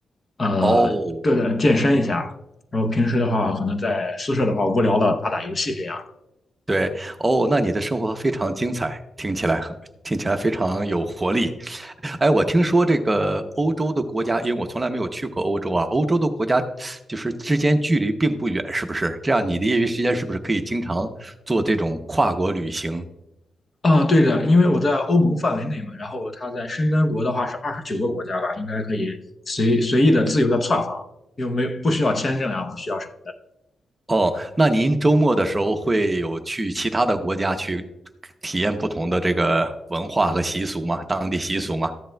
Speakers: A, on the left (about 25°); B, on the right (about 20°).
A: 呃，
B: 哦，
A: 对的，健身一下。然后平时的话，可能在宿舍的话，无聊了打打游戏这样。
B: 对，哦，那你的生活非常精彩，听起来听起来非常有活力。哎，我听说这个欧洲的国家，因为我从来没有去过欧洲啊，欧洲的国家就是之间距离并不远，是不是？这样你的业余时间是不是可以经常做这种跨国旅行？
A: 啊，对的，因为我在欧盟范围内嘛，然后它在申根国的话是二十九个国家吧，应该可以随随意的、自由的窜访，又没有不需要签证啊，不需要什么的。
B: 哦，那您周末的时候会有去其他的国家去体验不同的这个文化和习俗吗？当地习俗吗？